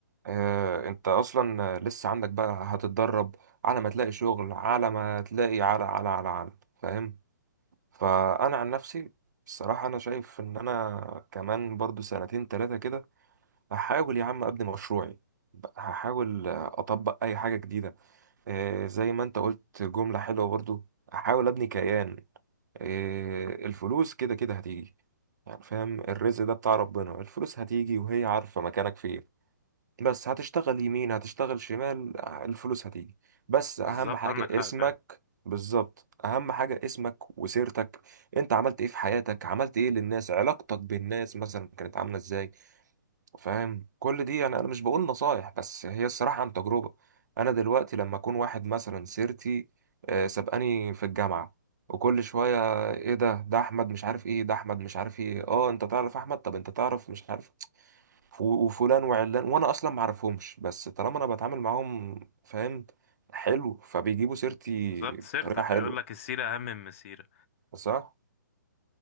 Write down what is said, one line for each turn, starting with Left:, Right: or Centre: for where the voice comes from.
Right: آه، انت اصلا لسه عندك بقى هتتدرب على ما تلاقي شغل على ما تلاقي على على على على فاهم فانا عن نفسي الصراحة انا شايف ان انا كمان برضو سنتين تلاتة كده هحاول يا عم ابني مشروعي هحاول اطبق اي حاجة جديدة آه، زي ما انت قلت جملة حلوة برضو احاول ابني كيان آه، الفلوس كده كده هتيجي يعني فاهم الرزق ده بتاع ربنا الفلوس هتيجي وهي عارفة مكانك فين بس هتشتغل يمين هتشتغل شمال الفلوس هتيجي بس اهم
Left: بالظبط
Right: حاجة
Left: عندك حق
Right: اسمك
Left: فاهم
Right: بالظبط اهم حاجة اسمك وسيرتك انت عملت ايه في حياتك عملت ايه للناس علاقتك بالناس مثلا كانت عاملة ازاي فاهم كل دي يعني انا مش بقول نصايح بس هي الصراحة عن تجربة انا دلوقتي لما اكون واحد مثلا سيرتي آه، سبقاني في الجامعة وكل شوية ايه ده ده احمد مش عارف ايه ده احمد مش عارف ايه اه انت تعرف احمد طب انت تعرف مش عارف ف- وفلان وعلان وانا اصلا ما اعرفهمش بس طالما انا بتعامل معاهم فاهم حلو فبيجيبوا سيرتي
Left: بالظبط سيرتك
Right: بطريقه حلوه
Left: يقول لك السيرة اهم من المسيرة
Right: صح